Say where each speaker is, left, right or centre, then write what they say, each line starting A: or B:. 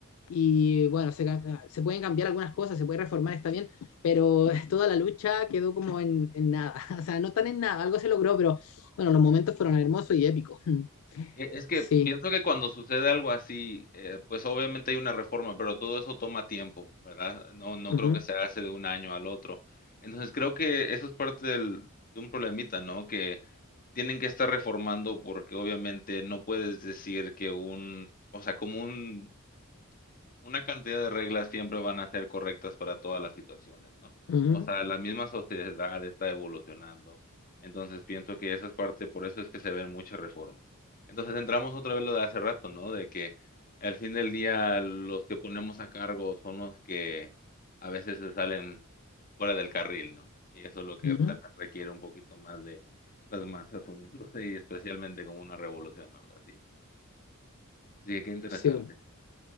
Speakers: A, on the left; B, on the left.
A: Y bueno, se, se pueden cambiar algunas cosas, se puede reformar, está bien, pero <laughs> toda la lucha quedó como en, en nada. <laughs> O sea, no tan en nada, algo se logró, pero bueno, los momentos fueron hermosos y épicos. <laughs>
B: E- Es que
A: Sí.
B: pienso que cuando sucede algo así, eh, pues obviamente hay una reforma, pero todo eso toma tiempo, ¿verdad? No, no
A: Ujú,
B: creo que se hace de un año al otro. Entonces creo que eso es parte del- de un problemita, ¿no? Que tienen que estar reformando porque obviamente no puedes decir que un, o sea, como un una cantidad de reglas siempre van a ser correctas para todas las situaciones, ¿no?
A: ujú,
B: O sea, la misma sociedad está evolucionando. Entonces pienso que esa es parte, por eso es que se ven muchas reformas. Entonces entramos otra vez lo de hace rato, ¿no? De que al fin del día los que ponemos a cargo son los que a veces se salen fuera del carril, ¿no? Y eso es lo que
A: ujú.
B: también requiere un poquito más de las masas uniéndose y especialmente como una revolución o algo así. Así que qué interesante.
A: Sí. bueno.